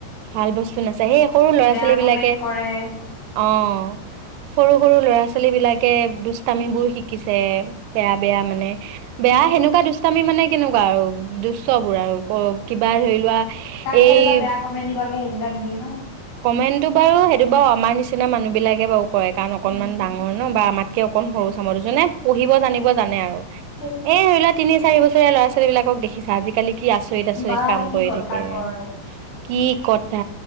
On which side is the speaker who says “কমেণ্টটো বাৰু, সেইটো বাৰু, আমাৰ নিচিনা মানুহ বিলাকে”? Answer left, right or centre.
Right